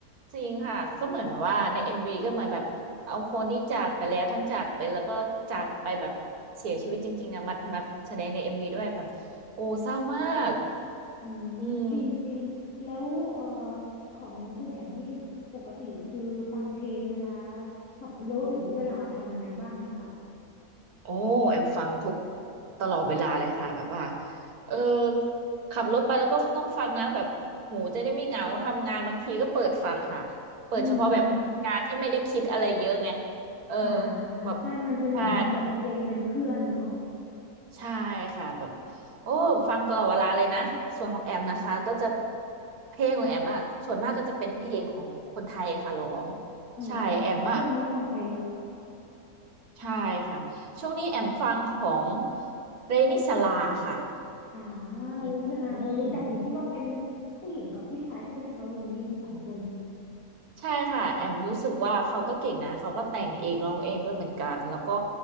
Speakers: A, on the right; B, on the left.
A: จริงค่ะก็เหมือนแบบว่าในเอ็มวีก็เหมือนแบบเอาคนที่จากไปแล้วทั้งจากไปแล้วก็จากไปแบบเสียชีวิตจริงๆนะมามาแสดงในเอ็มวีด้วยแบบโอ้เศร้ามาก
B: อืมอืมจริงจริงแล้วเอ่อ
A: อืม
B: ของคุณแอมนี่ปกติคือฟังเพลงเวลาขับรถหรือว่าเวลาทำอะไรบ้างไหมคะ
A: โอ้แอมฟังทุกตลอดเวลาเลยค่ะแบบว่าเออขับรถไปแล้วก็ต้องฟังนะแบบหูจะได้ไม่เหงาทำงานบางทีก็เปิดฟังค่ะเปิดเฉพาะแบบงานที่ไม่ได้คิดอะไรเยอะไง
B: อืม
A: เออ
B: อ่า
A: แบบ
B: ใช่มันจะเหมือนมีแบบเพลงเป็นเพื่อนเนาะ
A: ใช่ ใช่ค่ะแบบโอ้ฟังตลอดเวลาเลยนะส่วนของแอมนะคะก็จะเพลงของแอมอะส่วนมากก็จะเป็นเพลงของคนไทยค่ะร้อง
B: อ๋อ
A: ใช่แอมอะ
B: ช่วงนี้ฟังใคร
A: ใช่ค่ะช่วงนี้แอมฟังของเรนิสลาค่ะ
B: อ่า
A: อื
B: เรนนิสนาเออรู้จักอยู่ที่ว่าเป็น
A: ม
B: ผู้หญิงกับผู้ชายใช่ไหมคะวงนี้มีสองคน
A: ใช่ค่ะแอมรู้สึกว่าเขาก็เก่งนะเขาก็แต่งเองร้องเองด้วยเหมือนกันแล้วก็